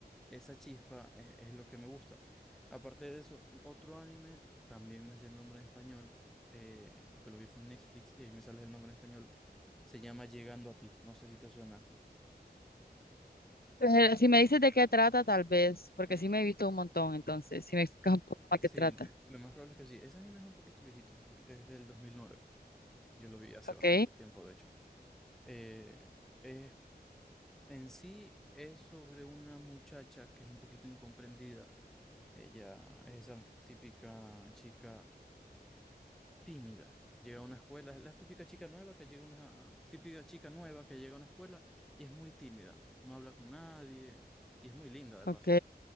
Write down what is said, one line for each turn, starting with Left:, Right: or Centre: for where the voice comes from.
Centre: esa chispa es, es lo que me gusta. Aparte de eso, otro anime, también me sé el nombre en español, eh, porque lo vi fue en Netflix y ahí me sale el nombre en español, se llama Llegando a ti, no sé si te suena.
Left: Pero si me dices de qué trata, tal vez, porque sí me he visto un montón, entonces, si me explicas un poco más
Centre: Sí,
Left: qué trata.
Centre: l- lo más probable es que sí. Ese anime es un poquito viejito, un poquito, es del dos mil nueve Yo lo vi hace
Left: Ok,
Centre: bastante tiempo, de hecho. Eh, es- en sí es sobre una muchacha que es un poquito incomprendida. Ella es esa típica chica tímida. Llega a una escuela, es la típica chica nueva que llega a una típica chica nueva que llega a una escuela y es muy tímida, no habla con nadie y es muy linda de
Left: ok,
Centre: paso.